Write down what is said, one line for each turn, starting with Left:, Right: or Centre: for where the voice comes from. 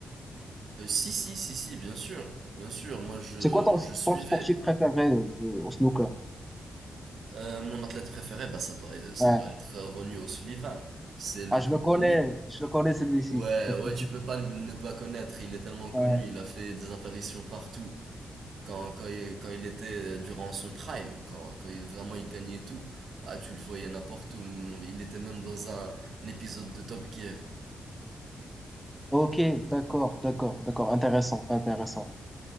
Right: Euh, si, si, si, si, bien sûr, bien sûr. Moi, je,
Centre: C'est quoi ton,
Right: je suivais.
Centre: ton sportif préféré euh, au snooker?
Right: Euh, mon athlète préféré, bah, ça doit, être- ça
Centre: Ouais.
Right: doit être Ronnie O'Sullivan. C'est le
Centre: Ah,
Right: plus
Centre: je le connais,
Right: connu.
Centre: je le connais celui-ci.
Right: Ouais,
Centre: <laughs>
Right: ouais, tu peux pas ne pas connaître. Il est tellement connu.
Centre: Ouais.
Right: Il a fait des apparitions partout. Quand, quand, il, quand il était euh, durant son prime, quand, quand il- vraiment il gagnait tout, bah, tu le voyais n'importe où. mm, Il était même dans un, un épisode de Top Gear.
Centre: Ok, d'accord, d'accord, d'accord. Intéressant, intéressant.